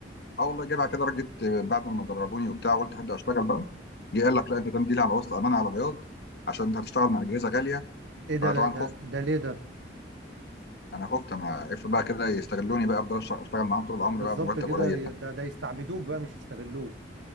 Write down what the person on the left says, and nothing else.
اه والله جه بعد كده رجت بعد ما دربوني وبتاع قلت هبدا اشتغل بقى جه قال لك لا انت تمديلي على وسط امانه على بياض عشان انت هتشتغل مع اجهزه غاليه
فطبعا
خفت
انا خفت انا اف بقى كده يستغلوني بقى افضل أشتغل اشتغل معاهم طول العمر
بقى بمرتب
قليل